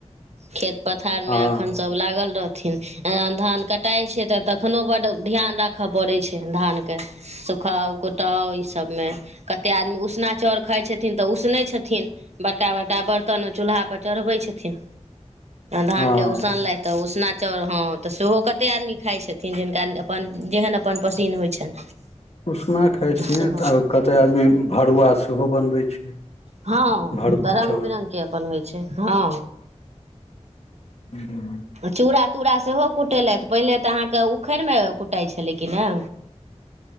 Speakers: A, on the right; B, on the left.
A: खेत पथार मे
B: आ
A: एखन सब लागल रहथिन धान कटाय छै तऽ तखननो बड्ड ध्यान राखय पड़ैत छै धानके सुखाउ कुटाउ ईसभमे कतेक आदमी उसना चाउर खाय छथिन तऽ उसनै छथिन बड़का बड़का बर्तनमे चूल्हापर चढ़बै छथिन
B: <unintelligible>
A: धान
B: हँ
A: के सनलथि तऽ उसना चाउर हँ तऽ सेहो कतेक आदमी खाय छथिन जिनका अपन जेहन अपन पसीन्न होय छनि
B: उसना खाय छिय
A: सेहो
B: तऽ कतेक आदमी भरुआ सेहो बनबै छै
A: हँ
B: भरुआ
A: त रंग
B: चाउर
A: बिरंगग के अपन होइ छै हँ
B: ह
A: चूड़ा तूड़ा सेहो कुटेलथि पहिले तऽ अहाँके उखड़िमे कुटाइत छलै कि ने
B: <inaudible>